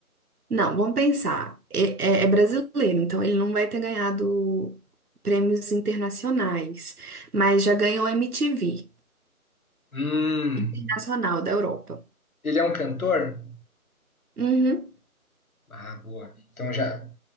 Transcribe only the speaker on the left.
Hum,
ele é um cantor?
Ah, boa. Então já,